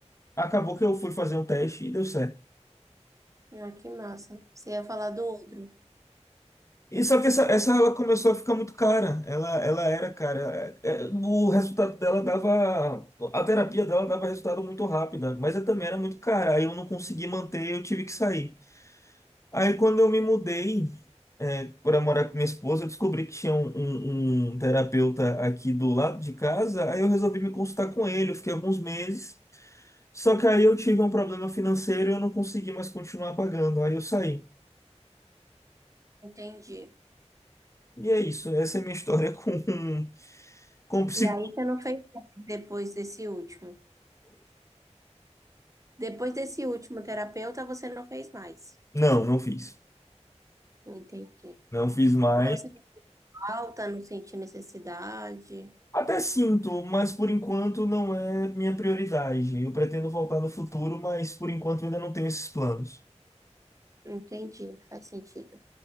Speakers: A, on the left (about 25°); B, on the right (about 25°).
A: acabou que eu fui fazer um teste e deu certo.
B: Ah, que massa. Você ia falar do outro.
A: E só que essa, essa ela começou a ficar muito cara. Ela, ela era cara. É, é, O resultado dela dava. A terapia dela dava resultado muito rápido mas ela também era muito cara. Aí eu não consegui manter, eu tive que sair. Aí quando eu me mudei é, para morar com minha esposa, eu descobri que tinha um, um- um terapeuta aqui do lado de casa. Aí eu resolvi me consultar com ele. Eu fiquei alguns meses. Só que aí eu tive um problema financeiro e eu não consegui mais continuar pagando. Aí eu saí.
B: Entendi.
A: E é isso. Essa é a minha história com, <laughs> com psicólogo.
B: E aí você não fez mais depois desse último. Depois desse último terapeuta, você não fez mais.
A: Não, não fiz.
B: Entendi.
A: Não fiz mais.
B: Mas você falta, não sente necessidade.
A: Até sinto, mas por enquanto não é minha prioridade. Eu pretendo voltar no futuro, mas por enquanto ainda não tenho esses planos.
B: Entendi, faz sentido.